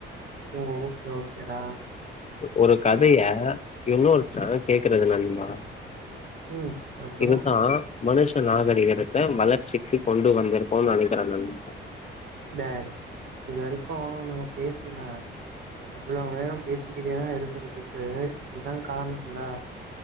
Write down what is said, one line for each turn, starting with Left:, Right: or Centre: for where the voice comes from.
Right: ஓ ஓக்கே ஓக்கே டா
Left: ஒரு கதய இன்னொருத்த கேக்குறது நண்பா
Right: ம். அப்புறம்?
Left: இதுதா மனுஷ நாகரிகரத்த வளர்ச்சிக்கு கொண்டு வந்துருக்கோ நெனைக்குற நண்பா
Right: டேய் இது வரைக்கு நம்ம பேசுனா இவ்ளோ நேரோ பேசிக்கிட்டேதா இருக்குறதுக்கு இதுதா காரணம்ல